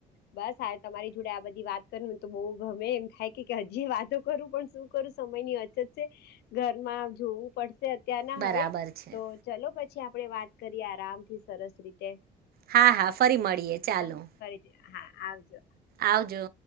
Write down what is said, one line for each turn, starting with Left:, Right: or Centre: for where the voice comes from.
Left: બસ આવે તમારી જોડે આ બધી વાત કરવી તો બહુ ગમે એમ થાય કે હજી, વાતો પણ શું કરુ સમયની અછત છે, ઘરમાં જોવું પડશે ત્યાંના
Right: બરાબર
Left: હવે,
Right: છે
Left: તો ચલો પછી આપણેે વાત કરીએ આરામ થી સરસ રીતે
Right: હા હા ફરી મળીએ ચાલો
Left: હ, ફરીથી હા આવજો
Right: આવજો